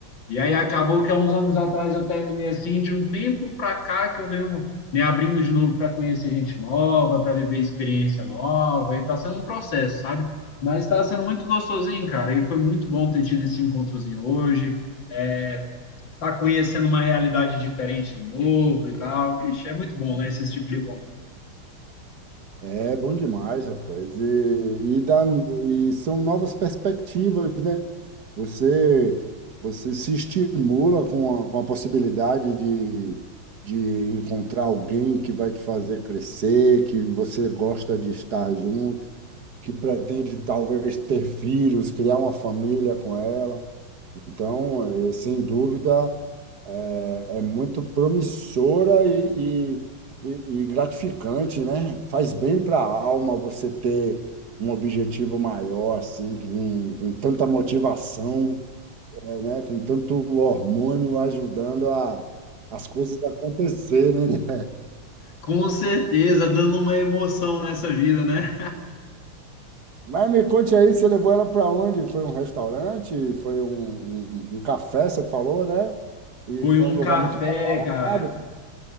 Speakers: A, on the left; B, on the right.
A: E aí acabou que há uns anos atrás eu terminei assim, de um tempo para cá que eu venho me abrindo de novo para conhecer gente nova, para viver experiência nova, e tá sendo um processo, sabe? Mas está sendo muito gostosinho, cara, e foi muito bom ter tido esse encontrozinho hoje, é, tá conhecendo uma realidade diferente de novo e tal. Ixi, é muito bom, né, esse tipo de encontro.
B: É bom demais, rapaz. E, e, dá, e são novas perspectivas, né? Você, você se estimula com a, com a possibilidade de, de encontrar alguém que vai te fazer crescer, que você gosta de estar junto, que pretende talvez ter filhos, criar uma família com ela. Então, eh, sem dúvida, é é muito promissora e, e, e- e gratificante, né? Faz bem para a alma você ter um objetivo maior, assim, com, com tanta motivação, eh, né? Com tanto hormônio ajudando a, as coisas acontecerem, né?
A: Com certeza, dando uma emoção nessa vida, né?
B: Mas me conte aí, você levou ela para onde? Foi um restaurante? Foi um, um, um café, você falou, né? E
A: Foi
B: foi
A: um
B: um lugar
A: café,
B: muito badalado?
A: cara.